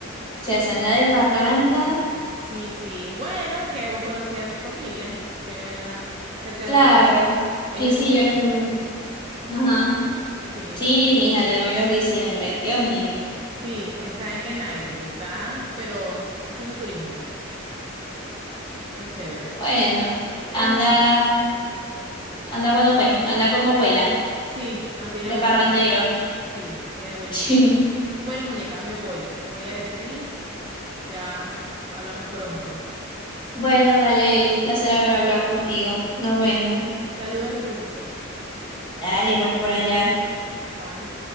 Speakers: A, on the left; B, on the right.
A: Se hacen la de parranda.
B: Sí, sí. Bueno, es que vos conocés a su familia, que viven a- cerca
A: Claro.
B: de tus casas. Ellos
A: Sí, sí,
B: son así.
A: yo los conozco. Ajá.
B: Sí, entonces
A: Sí,
B: está en
A: mija,
B: Canaima.
A: dígame los diciembre. Dios mío.
B: Sí, está en Kenaidi, está, pero haciendo turismo ahí. Está chévere.
A: Bueno,
B: Bueno,
A: anda,
B: Flor,
A: anda bueno,
B: ve-
A: pues, anda como abuela,
B: sí, ah, tiene
A: de
B: abuelitos.
A: parrandero. <laughs>
B: Sí, tiene abuelitos.
A: Sí.
B: Bueno, muñeca, me voy. Me voy a despedir. Ya hablamos pronto.
A: Bueno, dale, Eli, un placer haber hablado contigo. Nos vemos.
B: Saludos a los viejitos.
A: Dale, igual por allá.
B: Bye.